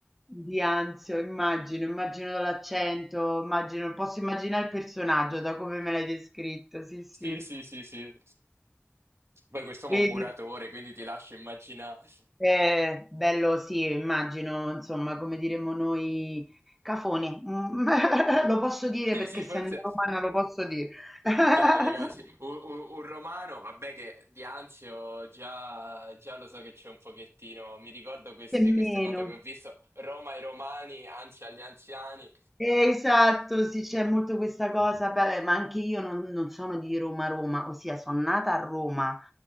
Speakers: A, in the centre; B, on the right.
A: di Anzio, immagino, immagino dall'accento, immagino posso immaginare il personaggio da come me l'hai descritto, sì, sì.
B: Sì, sì, sì, sì. Poi quest'uomo
A: E
B: è un muratore, quindi ti lascio immaginare.
A: eh, bello sì, immagino, insomma, come diremmo noi, cafone. Mhmm, <laughs> lo posso dire
B: Sì,
A: perché
B: sì,
A: essendo
B: forse.
A: romana lo posso dire. <laughs>
B: Chiaro, chiaro, sì. Un, un- un romano, vabbè che di Anzio già, già lo so che c'è un pochettino, mi ricordo queste,
A: Nemmeno.
B: queste foto che ho visto, Roma ai romani, Anzio agli anziani.
A: Eh, Esatto, sì, c'è molto questa cosa, beh, ma anche io non, non sono di Roma Roma, ossia sono nata a Roma,